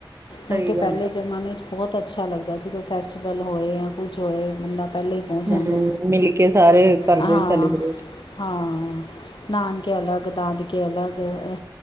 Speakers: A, on the right (about 35°); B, on the left (about 65°).
A: ਸਹੀ
B: ਨਹੀਂ ਤਾਂ ਪਹਿਲੇ
A: ਗੱਲ ਆ।
B: ਜ਼ਮਾਨੇ ਚ, ਬਹੁਤ ਅੱਛ ਅੱਛਾ ਲੱਗਦਾ ਸੀ, ਕੋਈ ਫੈਸਟੀਵਲ ਹੋਏ ਜਾਂ ਕੁਛ ਹੋਏ, ਬੰਦਾ ਪਹਿਲੇ ਹੀ ਪਹੁੰਚ
A: ਹਮ,
B: ਜਾਂਦਾ
A: ਮਿਲ ਕੇ ਸਾਰੇ ਕਰਦੇ
B: ਹਾਂ
A: ਸੀ, ਸੈਲੀਬ੍ਰੇਟ।
B: ਹਾਂ ਨਾਨਕੇ ਅਲਗ, ਦਾਦਕੇ ਅਲਗ, ਅ